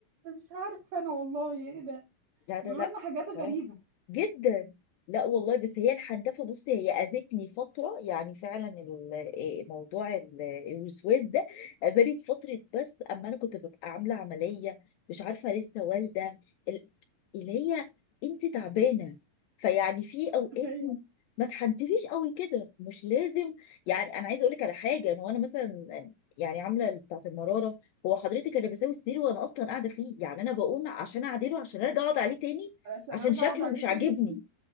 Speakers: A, on the right; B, on the left.
A: مش عارفه انا والله ايه ده
B: لا لا
A: بيقولوا
B: لا
A: لنا حاجات
B: صعب
A: غريبه
B: جدا لا والله بس هي الحنتفه بصي هي اذتني فتره يعني فعلا ال- إيه موضوع ال- آه، الوسواس ده اذاني في فتره بس اما انا كنت ببقى عامله عمليه مش عارفه لسه والده ال- اللي هي انت تعبانه فيعني في اوقات
A: ايوه
B: ما تحنتفيش قوي كده مش لازم يعني انا عايزه اقول لك على حاجه انا وانا مثلا آه، يعني عامله بتاعه المراره هو حضرتك انا بساوي السرير وانا اصلا قاعده فيه يعني انا بقوم عشان اعدله عشان ارجع اقعد عليه تاني
A: علشان
B: عشان
A: ارجع
B: شكله
A: اقعد عليه
B: مش عاجبني
A: تاني